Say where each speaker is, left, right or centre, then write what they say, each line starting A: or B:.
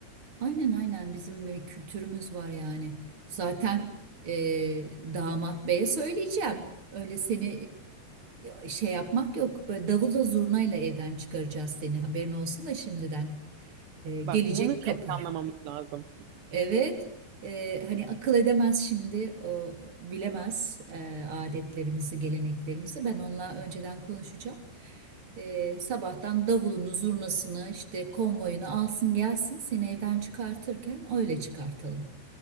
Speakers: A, on the right (about 35°); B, on the right (about 85°).
A: Aynen aynen bizim bir kültürümüz var yani. Zaten e, damat beye söyleyeceğim. Öyle seni e, şey yapmak yok. Böyle davulla zurnayla evden çıkaracağız seni. Haberin olsun da şimdiden. E, gelecek
B: Bak bunu bile
A: kapı
B: planlamamız lazım.
A: Evet, e, hani akıl edemez şimdi, o bilemez e, adetlerimizi, geleneklerimizi. Ben onunla önceden konuşacağım. E, sabahtan davulunu, zurnasını, işte konvoyunu alsın gelsin, seni evden çıkartırken öyle çıkartalım.